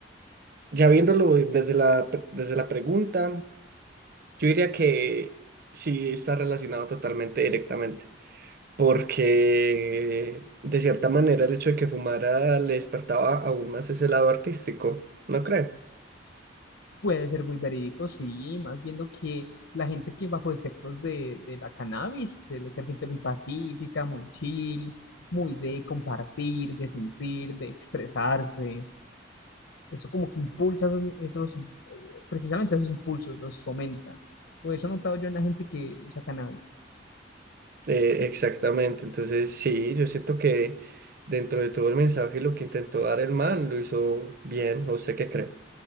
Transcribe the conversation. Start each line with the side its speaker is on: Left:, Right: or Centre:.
Right: ya viéndolo desde la, pre- desde la pregunta, yo diría que sí está relacionado totalmente directamente, porque de cierta manera el hecho de que fumara le despertaba aún más ese lado artístico, ¿no cree?
Left: Puede ser muy verídico, sí, más viendo que la gente que bajo efectos de, de la cannabis suele ser gente muy pacífica, muy chill, muy de compartir, de sentir, de expresarse. eso como que impulsa esos, esos, eh, precisamente esos impulsos, los fomenta. O eso he notado yo en la gente que usa cannabis.
Right: Eh, exactamente, entonces sí, yo siento que dentro de todo el mensaje lo que intentó dar el man lo hizo bien, ¿o usted qué cree?